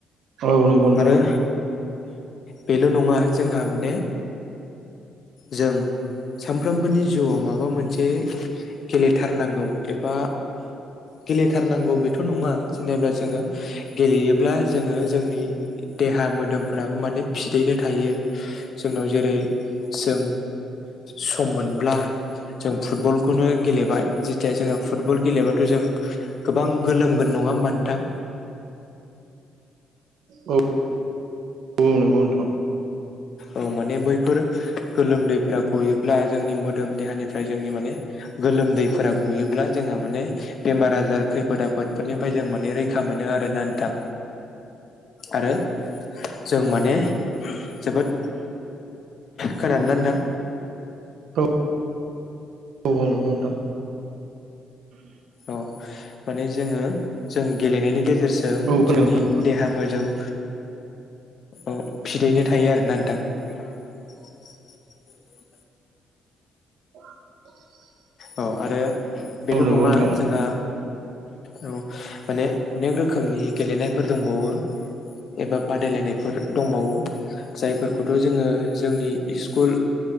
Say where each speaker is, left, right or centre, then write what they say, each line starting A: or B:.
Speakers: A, on the right (about 75°); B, on the left (about 55°).
A: औ नंगौ नोंथां
B: आरो बेल नङा जोंहा माने जों सामफ्रोमबोनि जिउआव माबा मोनसे गेलेथारनांगौ एबा गेलेथारनांगौ बेथ नङा जेनेब्ला जोङो गेलेयोब्ला जोङो जोंनि देहा मो मोदोमफोराबो माने फिदैनो थायो जोंनाव जेरै जों सम मोनब्ला जों फुटबलखौनो गेलेबाय जेथिया जोङो फुटबल गेलेबाथ' जों गोबां गोलोमगोन न नङा होबा नोंथां?
A: औ औ नंगौ नोंथां।
B: औ माने बैफोर गोलोमदैफ्रा गयोब्ला जोंनि मोदोम देहानिफ्राय जोंनि माने गोलोमदैफोरा गयोब्ला जोंहा माने बेमार आजार खैफोद आफोदफोरनिफ्राय जों माने रैखा मोनो आरोना नोंथां आरो जों माने जोबोद खोनादोंना नोंथां?
A: औ औ औ नोंगौ नोंथां।
B: औ माने जोङो जों गेलेनायनि गेजेरजों
A: खोनादों
B: जोंनि
A: नोंथां
B: देहा मोदोम औ फिदैनो थायो आरोना नोंथां। <unintelligible>
A: <inaudible>
B: औ आरो बेल'
A: औ नंगौ
B: नङा
A: नोंथां
B: जोंहा औ माने अनेक रोखोमनि गेलेनायफोर दंबावो एबा बादायलायनायफोर दंबावो जायफोरखौथ' जोङो जोंनि स्कुल